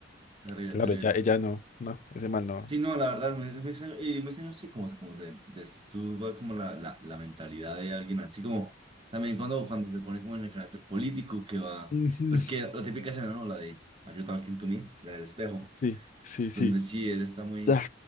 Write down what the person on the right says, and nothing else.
terrible,
terrible.
Sí, no, la verdad, me, me extraño, y me extraño, sí, como, se- como se disturba como la, la, la mentalidad de alguien, así como también cuando, cuando se pone como en el carácter político que va,
pues que la típica escena, ¿no? La de Are you talking to me? La del espejo
donde sí, él está muy,